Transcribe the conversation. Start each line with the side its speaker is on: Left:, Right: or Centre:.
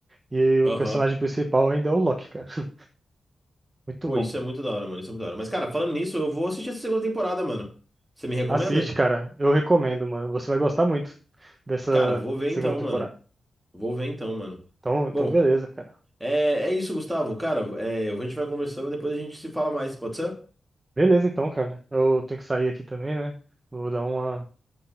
Right: E o
Centre: Aham.
Right: personagem principal ainda é o Loki, cara. <laughs> Muito
Centre: Pô,
Right: bom.
Centre: isso é muito da hora, mano, isso é muito da hora. Mas cara, falando nisso, eu vou assistir essa segunda temporada, mano. Você me recomenda?
Right: Assiste, cara. Eu recomendo, mano. Você vai gostar muito dessa
Centre: Cara, vou ver
Right: segunda
Centre: então,
Right: temporada.
Centre: mano. Vou ver então, mano.
Right: Então, então
Centre: Bom,
Right: beleza, cara.
Centre: é, é isso, Gustavo. Cara, é, a gente vai conversando, depois a gente se fala mais, pode ser?
Right: Beleza, então, cara. Eu tenho que sair aqui também, né? Vou dar uma